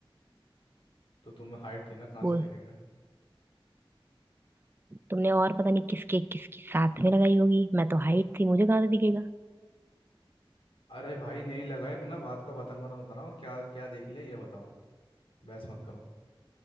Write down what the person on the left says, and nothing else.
तो तुम्हें हाइट थी ना कहाँ से
देखेगा
अरे भाई नहीं लगाए बिना बात का बतंगड़ मत बनाओ क्या क्या देख लिया ये बताओ बहस मत करो